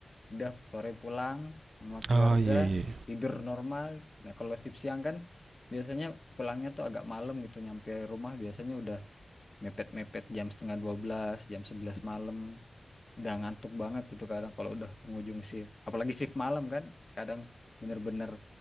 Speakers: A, on the left (about 40°); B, on the right (about 70°).
A: udah sore pulang sama keluarga,
B: Oh iya iya.
A: tidur normal. Nah, kalau shift siang kan biasanya pulangnya tuh agak malam gitu nyampe rumah biasanya udah mepet-mepet jam setengah 12, jam 11 malam, udah ngantuk banget gitu kadang kalau udah penghujung shift. Apalagi shift malam kan, kadang bener-bener